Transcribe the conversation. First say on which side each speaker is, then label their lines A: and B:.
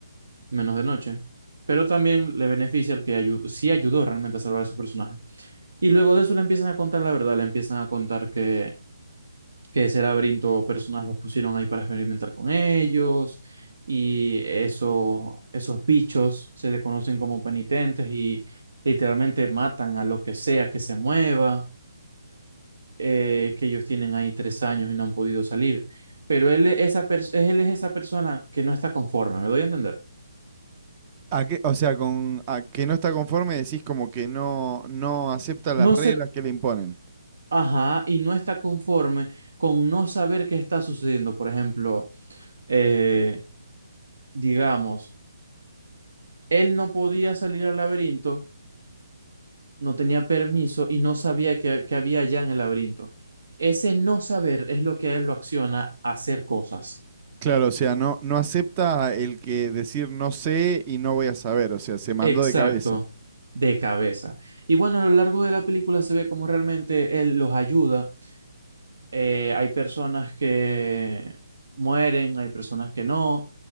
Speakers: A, on the right; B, on the right.
A: menos de noche. Pero también le beneficia el que ayu- sí ayudó realmente a salvar a su personaje. Y luego de eso le empiezan a contar la verdad, le empiezan a contar que que ese laberinto personas los pusieron ahí para experimentar con ellos y eso, esos bichos se le conocen como penitentes y literalmente matan a lo que sea que se mueva, eh, que ellos tienen ahí tres años y no han podido salir. Pero él, es esa pers- él es esa persona que no está conforme, ¿me doy a entender?
B: ¿A qué- o sea, con a que no está conforme decís como que no, no acepta las
A: No
B: reglas
A: se,
B: que le imponen.
A: ajá, y no está conforme con no saber qué está sucediendo. Por ejemplo, eh, digamos, él no podía salir al laberinto no tenía permiso y no sabía que, que había allá en el laberinto. Ese no saber es lo que a él lo acciona a hacer cosas.
B: Claro, o sea, no, no acepta el que decir no sé y no voy a saber, o sea, se mandó
A: Exacto,
B: de cabeza.
A: de cabeza. Y bueno, a lo largo de la película se ve cómo realmente él los ayuda. Eh, hay personas que mueren, hay personas que no.